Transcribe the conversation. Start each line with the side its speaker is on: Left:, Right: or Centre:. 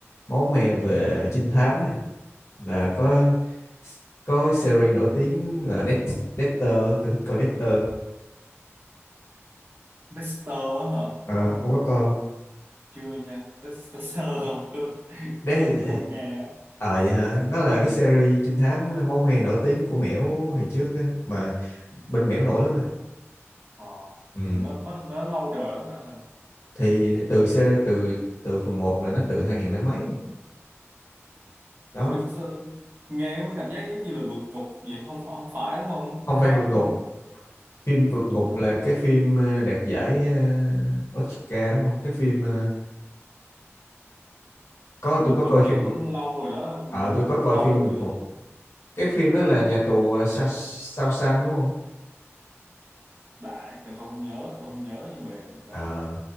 Left: máu me về trinh thám ấy là có có series nổi tiếng là Death, Dexter tôi thích coi Dexter
Right: tester á hả
Left: Ờ, ông có coi không?
Right: chưa nha Test- tester <laughs> không không
Left: Đấy,
Right: không không nghe á
Left: ờ vậy hả? Nó là cái series trinh thám ờ, máu me nổi tiếng của Mẻo hồi trước á, mà bên Mẻo nổi lắm mà.
Right: ờ
Left: Ừ.
Right: mình nó nó, nó lâu đời lắm rồi
Left: Thì từ series từ từ phần một là nó từ 2000 lấy mấy. Đó,
Right: ủa sao, nghe nó cảm giác giống như là vượt ngục vậy không không phải đúng không nó
Left: không phải
Right: khác
Left: vượt ngục.
Right: đúng không
Left: Phim vượt ngục
Right: ừ.
Left: là cái phim ờ, đạt giải ờ, Oscar đúng không? Cái phim ờ, có
Right: vượt
Left: tôi có
Right: ngục
Left: coi phim
Right: là cũng
Left: vượt
Right: lâu rồi đó vượt
Left: ờ
Right: ngục
Left: tôi có
Right: là cũng
Left: coi
Right: lâu
Left: phim vượt
Right: rồi đó
Left: ngục. Cái phim đó là nhà tù ờ, Sa- Sao Sang đúng không?
Right: đại tôi không nhớ tôi không nhớ nhưng mà à,
Left: Ờ